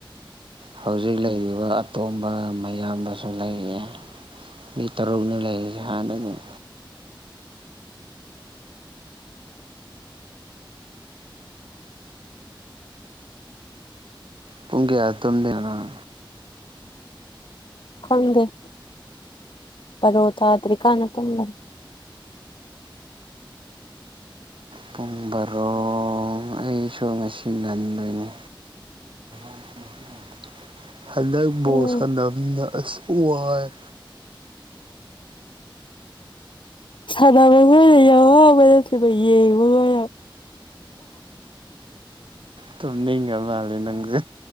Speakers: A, on the right; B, on the left.
A: ꯍꯧꯖꯤꯛ ꯂꯩꯔꯤꯕ ꯑꯇꯣꯝꯕ ꯃꯌꯥꯝꯕꯁꯨ ꯂꯩꯌꯦ ꯃꯤ ꯇꯔꯨꯛꯅꯦ ꯂꯩꯥꯔꯤꯁꯦ ꯍꯥꯟꯅꯗꯒꯤ ꯄꯨꯡ ꯀꯌꯥ ꯇꯨꯝꯗꯦ ꯅꯪ
B: ꯈꯪꯗꯦ ꯕꯔꯣ ꯊꯥꯗ꯭ꯔꯤꯀꯥꯟꯖ ꯇꯨꯝꯕ
A: ꯄꯨꯡ ꯕꯥꯔꯣ ꯑꯩꯁꯨ ꯉꯁꯤ ꯉꯟꯗꯣꯏꯅꯤ <inaudible> ꯍꯟꯗꯛ ꯕꯣꯜ
B: ꯎꯝ
A: ꯁꯅꯕꯅꯤꯅ ꯑꯁ ꯋꯥꯏꯌꯦ
B: ꯁꯥꯟꯅꯕꯕꯨ ꯌꯥꯝ ꯋꯥꯕ ꯅꯠꯇꯦꯗ ꯌꯦꯡꯕꯒꯅ
A: ꯇꯨꯝꯅꯤꯡꯉ ꯃꯥꯂꯦ ꯅꯪꯁꯦ